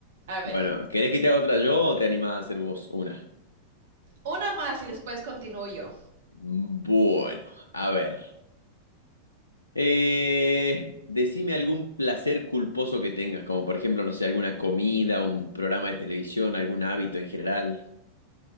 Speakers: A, on the right; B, on the left.
A: a ver,
B: Bueno, ¿querés que te haga otra yo o te animás a hacer vos una?
A: una más y después continúo yo.
B: Bueno, a ver. Eh, decime algún placer culposo que tengas, como por ejemplo, no sé, alguna comida, un programa de televisión, algún hábito en general.